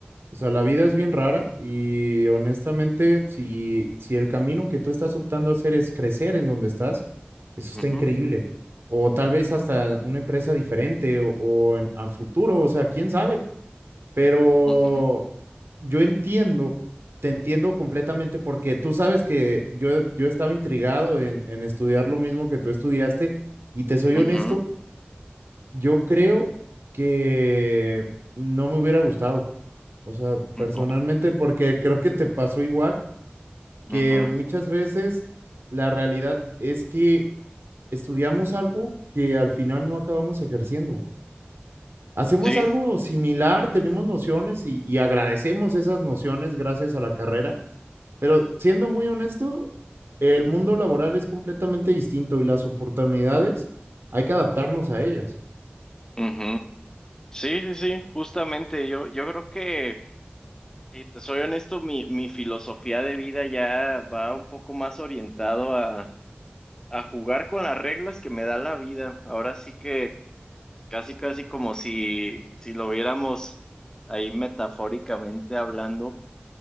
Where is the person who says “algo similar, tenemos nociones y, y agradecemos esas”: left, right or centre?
Right